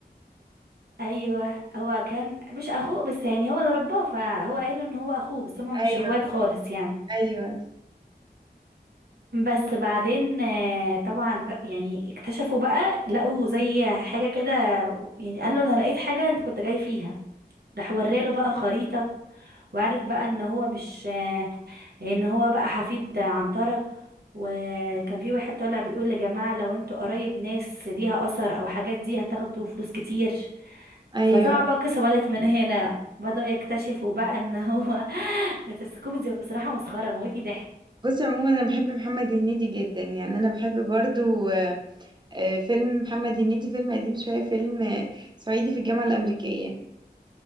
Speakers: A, on the right; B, on the right.
A: ايوه هو كان مش اخوه بس يعني هو اللي رباه فهو قايله ان هو اخوه بس هما مش
B: ايوه
A: اخوات خالص يعني
B: ايوه
A: بس بعدين آه، طبعا يعني اكتشفوا بقى لقوا زي حاجة كده يعني قال له انا لقيت حاجة انت كنت جاي فيها راح وراله بقى خريطة وعرف بقى ان هو مش آه، ان هو بقى حفيد عنترة وكان في واحد طالع بيقول يا جماعة لو انتوا قرايب ناس ليها اثر او حاجات دي هتاخدوا فلوس كتير
B: ايوه
A: فطبعا بقى القصة بدأت من هنا بدأوا يكتشفوا بقى ان هو <laughs> بس كوميدي بصراحة مسخرة موتني ضحك
B: بصي عموما انا بحب محمد هنيدي جدا يعني انا بحب برضو آه، آه، فيلم محمد هنيدي فيلم قديم شويه فيلم آه، صعيدي في الجامعه الامريكيه